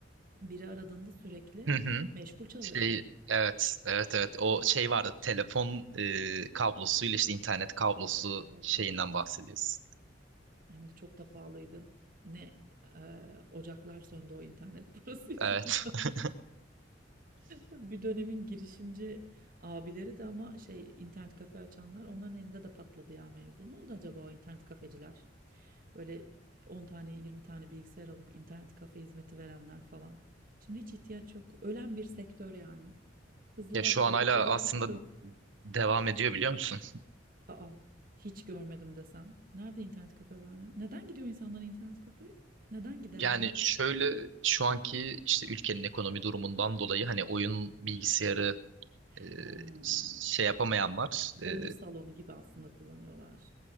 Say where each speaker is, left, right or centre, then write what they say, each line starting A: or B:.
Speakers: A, on the right; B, on the right.
A: Biri aradığında sürekli
B: <laughs>
A: meşgul çalıyor.
B: Şey evet evet evet o şey vardı telefon e, kablosuyla işte internet kablosu
A: Evet
B: şeyinden
A: ya,
B: bahsediyoruz.
A: hem de çok da pahalıydı. Ne, eee, ocaklar söndü o internet parası yüzünden.
B: Evet. <laughs>
A: <laughs> Bir dönemin girişimci abileri de ama şey, internet kafe açanlar, onların elinde de patladı ya mevzu. Ne oldu acaba o internet kafeciler? Böyle 10 tane 20 tane bilgisayar alıp internet kafe hizmeti verenler falan. Şimdi hiç ihtiyaç yok. Ölen bir sektör yani. Hızlı
B: Ya
A: başladı,
B: şu an hala
A: çabuk
B: aslında
A: bitti.
B: devam ediyor biliyor musun?
A: Aa, hiç görmedim desem. Nerede internet kafe var ya? Neden gidiyor insanlar internet kafeye? Neden gider
B: Yani
A: yani?
B: şöyle şu anki işte ülkenin ekonomi durumundan dolayı hani oyun bilgisayarı
A: Ha,
B: e, şey yapamayanlar e,
A: oyun salonu gibi aslında kullanıyorlar.